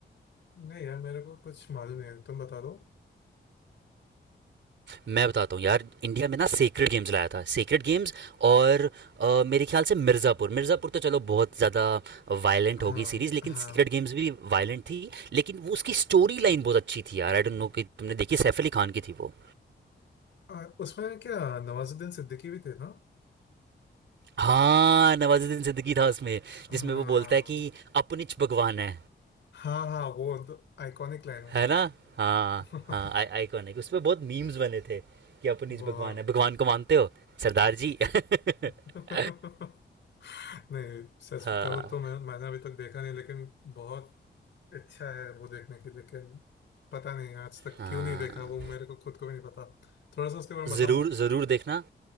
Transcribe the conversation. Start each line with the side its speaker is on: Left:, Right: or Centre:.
Left: नहीं यार मेरे को कुछ मालूम नहीं है तुम बता दो
Right: मैं बताता हूँ यार इंडिया में ना सेक्रेड गेम्स लाया था सेक्रेड गेम्स और अ, मेरे ख्याल से मिर्ज़ापुर मिर्ज़ापुर तो चलो बहुत ज़्यादा वायलेंट
Left: हाँ
Right: होगी सीरीज लेकिन
Left: हाँ
Right: सीक्रेट गेम्स भी वायलेंट थी लेकिन वो उसकी स्टोरी लाइन बहुत अच्छी थी यार आई डोंट नो कि तुमने देखी सैफ अली खान की थी वो
Left: आ, उसमें क्या नवाजुद्दीन सिद्दीकी भी थे ना
Right: हाँ नवाजुद्दीन सिद्दीकी था उसमें
Left: हाँ
Right: जिसमें वो बोलता है कि अपनिच भगवान है
Left: हाँ हाँ वो आइकॉनिक लाइन है
Right: है ना हाँ
Left: यार
Right: हाँ आई
Left: <laughs>
Right: आइकॉनिक उस पर बहुत मीम्स बने थे कि अपनिच
Left: बहुत
Right: भगवान है भगवान को मानते हो सरदार जी <laughs>
Left: <laughs> नहीं सच
Right: हाँ
Left: बताओ तो मैं मैंने अभी तक देखा नहीं लेकिन बहुत अच्छा है वो देखने की लेकिन पता नहीं आज तक
Right: हाँ
Left: क्यों नहीं देखा वो मेरे को खुद को भी नहीं पता थोड़ा सा उसके बारे में
Right: ज़रूर
Left: बताओ ना
Right: ज़रूर देखना